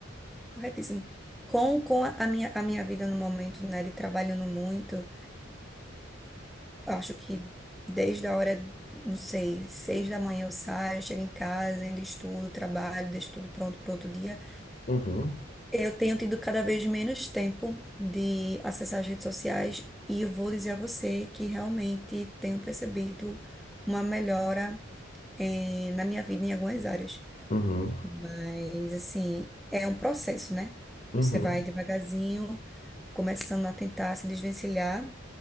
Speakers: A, in the centre; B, on the left.
A: Corretíssimo. Com, com a a minha, a minha vida no momento, né, de trabalhando muito, acho que desde a hora, não sei, seis da manhã eu saio, chego em casa, ainda estudo, trabalho, deixo tudo pronto para outro dia.
B: Uhum,
A: Eu tenho tido cada vez menos tempo de acessar as redes sociais e eu vou dizer a você que realmente tenho percebido uma melhora, eh, na minha vida em algumas áreas.
B: uhum,
A: Mas, assim, é um processo, né?
B: uhum.
A: Você vai devagarzinho começando a tentar se desvencilhar